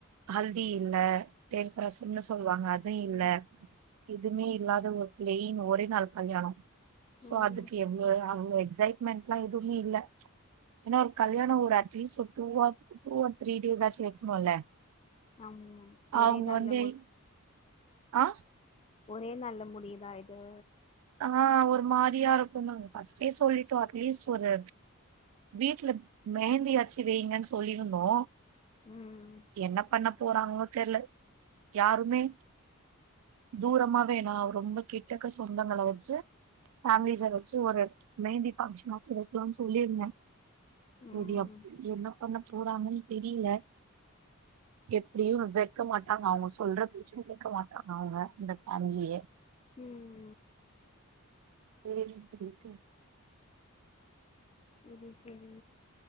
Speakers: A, on the right (about 75°); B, on the left (about 25°).
A: ஹல்தி இல்ல தேற்கற்சம்னு சொல்லுவாங்க அ து இல்ல
B: ம்
A: எதுவுமே இல்லாத ஒரு பிளைன் ஒரே நாள் கல்யாணோ சோ
B: ம்
A: அதுக் கு எவ்ளோ அவளோ எக்ஸைட்மெண்ட் எல்லா எதுவுமே இல்ல ஏன்னா ஒரு கல்யாணோ ஒரு அட்லீஸ்ட் ஒரு two or two or three days ஆச்சு வெக்கணுல
B: ஆமா
A: அவ்ங்க
B: ஒரே நாள்ல
A: வந்தேய் ஆ
B: ஓரே நாள்ல முடியுதா இது
A: ஆ ஒரு மாரியா இருக்குன்னு ஃபர்ஸ்டே சொல்லிட்டோ அட்லீஸ்ட் ஒரு வீட்ல மெகந்தியாச்சு வெய்ங்கன்னு சொல்லியிருந்தோ
B: ம்
A: என்ன பண்ணஒ போறாங்ளோ தெர்ல யாருமே தூரமா வேணா ரொம்ப கிட்டக்க சொ ந்தங்கள வச்சு ஃபேமிலிஸ வச்சு ஒரு மெகந்தி பங்ஷனாச்சு வெக்கலானு சொல்லிருந்தே
B: ம்
A: செரியா என்ன பண்ணப் போறாங்கன்னு தெரியல எப்டியு வெக்கமாட்டாங்க அவங்க சொல்ற பேச்சு கேக்க மாட்டாங்க அவங்க அந்த ஃபேமிலியே
B: ம்
A: ஒரே நிமிஷ வீக்கு
B: செரி செரி